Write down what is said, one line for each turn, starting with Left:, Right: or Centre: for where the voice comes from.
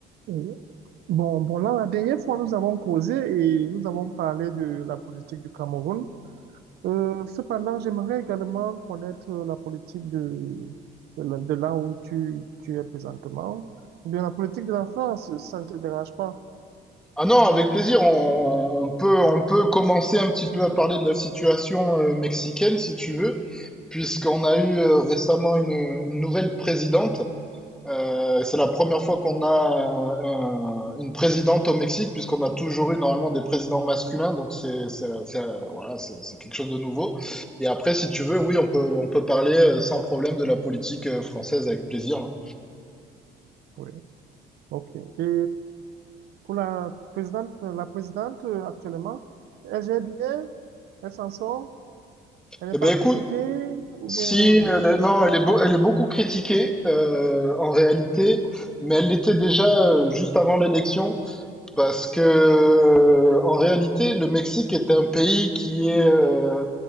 Right: Oui. Bon, bon, là, la dernière fois, nous avons causé et nous avons parlé de la politique du Cameroun. Euh, cependant, j'aimerais également connaître la politique de, de, là de là où tu, tu es présentement, ou bien la politique de la France, ça ne te dérange pas.
Centre: Ah non, avec plaisir, on, on peut, on peut commencer un petit peu à parler de la situation euh, mexicaine si tu veux, puisqu'on a eu euh, récemment une, une nouvelle présidente. Euh, c'est la première fois qu'on a euh, un- une présidente au Mexique, puisqu'on a toujours eu normalement des présidents masculins, donc c'est, c'est, c'est, euh, voilà, c'est, c'est quelque chose de nouveau. Et après, si tu veux, oui, on peut, on peut parler euh, sans problème de la politique euh, française avec plaisir. hein.
Right: Oui, ok. Et pour la présidente, la présidente euh, actuellement, elle gère bien, elle s'en sort, elle n'est
Centre: Eh
Right: pas
Centre: ben écoute,
Right: critiquée, ou
Centre: Si,
Right: bien, euh,
Centre: elle est- non, elle est, beau- elle est beaucoup critiquée euh, en réalité, mais elle l'était déjà euh, juste avant l'élection, parce que euh, en réalité, le Mexique est un pays qui est euh,